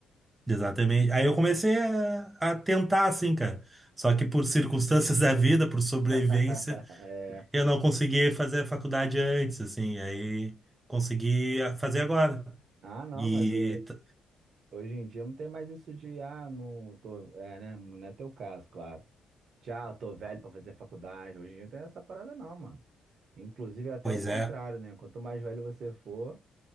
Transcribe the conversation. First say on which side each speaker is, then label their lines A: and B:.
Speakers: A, on the right; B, on the right.
A: Exatamente. Aí eu comecei a, a tentar, assim, cara. Só que por circunstâncias <laughs> da vida, por sobrevivência,
B: <laughs> É.
A: eu não consegui fazer a faculdade antes, assim. Aí consegui a- fazer agora.
B: Ah, não,
A: E,
B: mas eh,
A: t-
B: hoje em dia não tem mais isso de, ah, não tô, é, né? Não é teu caso, claro. Tchau, tô velho pra fazer faculdade. Hoje em dia não tem essa parada, não, mano. Inclusive, é até
A: pois
B: o contrário,
A: é.
B: né? Quanto mais velho você for.